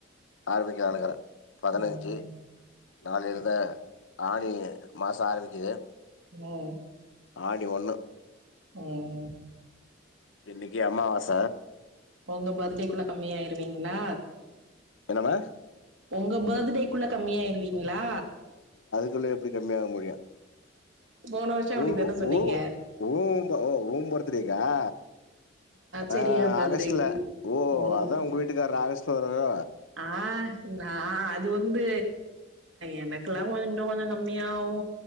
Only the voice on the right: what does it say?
ம் ம்
நிலா
ம்
உங்க பர்த்டேகுள்ள கம்மியாயிருவீங்களா
உங்க பர்த்டேக்குள்ள கம்மியாயிருவீங்களா
போன வருஷோ அப்டித்தான
சொன்னீங்க
செரி
எ பர்த்டேக்கு
ம்
ஆ நா அது வந்து எனக்குல்லா கொஞ்சோ இன்னு கொஞ்சோ கம்மியாவு